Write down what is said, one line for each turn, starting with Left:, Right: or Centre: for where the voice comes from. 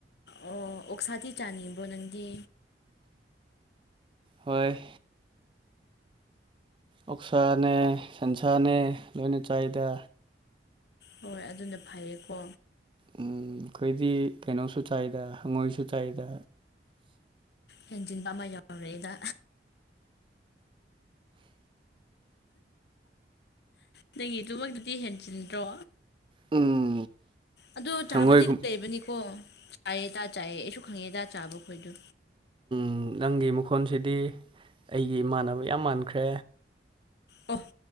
Left: ꯑꯣ ꯑꯣꯛꯁꯥꯗꯤ ꯆꯥꯅꯤꯡꯕ꯭ꯔꯣ ꯅꯪꯗꯤ
Right: ꯍꯣꯏ ꯑꯣꯛꯁꯥꯅꯦ ꯁꯟꯁꯥꯅꯦ ꯂꯣꯏꯅ ꯆꯥꯏꯗ
Left: ꯍꯣꯏ ꯑꯗꯨꯅ ꯐꯩꯌꯦꯀꯣ
Right: ꯎꯝ ꯈꯣꯏꯗꯤ ꯀꯩꯅꯣꯁꯨ ꯆꯥꯏꯗ ꯍꯪꯉꯣꯏꯁꯨ ꯆꯥꯏꯗ
Left: ꯍꯦꯟꯖꯤꯟꯕ ꯑꯃ ꯌꯥꯎꯔꯦꯗ ꯅꯪꯒꯤ ꯑꯗꯨꯃꯛꯇꯨꯗꯤ ꯍꯦꯟꯖꯤꯟꯗ꯭ꯔꯣ
Right: ꯎꯝ
Left: ꯑꯗꯣ ꯆꯥꯕꯗꯤ
Right: ꯍꯪꯉꯣꯏꯒꯨꯝ
Left: ꯂꯩꯕꯅꯤꯀꯣ ꯆꯥꯏꯌꯦꯗ ꯆꯥꯏꯌꯦ ꯑꯩꯁꯨ ꯈꯪꯉꯦꯗꯥ ꯆꯥꯕꯈꯣꯏꯗꯨ
Right: ꯎꯝ ꯅꯪꯒꯤ ꯃꯈꯣꯟꯁꯤꯗꯤ ꯑꯩꯒꯤ ꯏꯃꯥꯟꯅꯕ ꯌꯥꯝ ꯃꯥꯟꯈ꯭ꯔꯦ
Left: ꯑꯣ